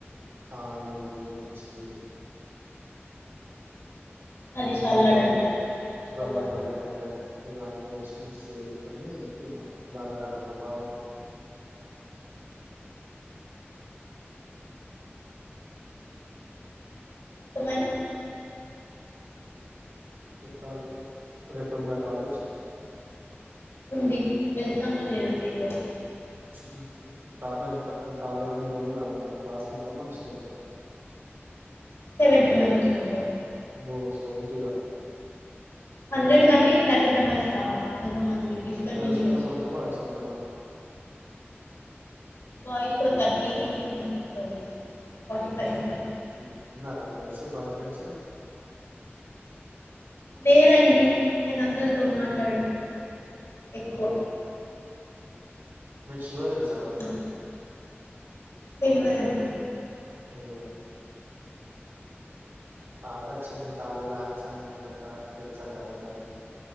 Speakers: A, on the right; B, on the left.
A: ఆనియన్ మిర్చి
B: అది
A: ఇంకా
B: సలాడ్
A: ప్రోమ
B: అంటారు పెరుగు
A: ప్రోమోగ్రెనేట్
B: సలాడ్
A: ఇగ అన్ని వేసి మిక్స్ చేసుకొని తిన్నాం బగారా అన్నంలో‌‌ బాగుండది
B: తమరు
A: పెట్టాలి రేపుందా కాలేజ్
B: ఉంది వెళ్తానో లేదో తెలియదు
A: ఊహు కార్లో ఎంత మీ కాలేజ్ రూమ్ లో క్లాస్ లో ఎంత మంది స్టెంత్
B: సెవెంటీ మెంబెర్స్ ఉంటారు
A: అబ్బో సెవెంటీ ఆ
B: హండ్రెడ్ గానీ థర్టీ మెంబర్స్ రారు కొంతమంది డిస్కంటిన్యూ
A: గర్ల్స్ ఎంత
B: చేసిండ్రు
A: మంది బాయ్స్ ఎంతమంది
B: బాయ్స్ థర్టీ మిగతా మొత్తం గర్ల్స్ ఫార్టీ ఫైవ్ ఉంటారు
A: ఉహు ఉన్నారా ఫ్రెండ్స్ బాయ ఫ్రెండ్స్
B: లేరండి నేను అందరితో మాట్లాడను ఎక్కువ
A: ఓహో మీకు శివ తెల్సా
B: పొ తెల్వదండి
A: అయ్యో టాక్ వచ్చింది మీ కాలేజీలో హ్యాండ్సంగ్ ఉంటదంట తెలుస అంటా మీ కాని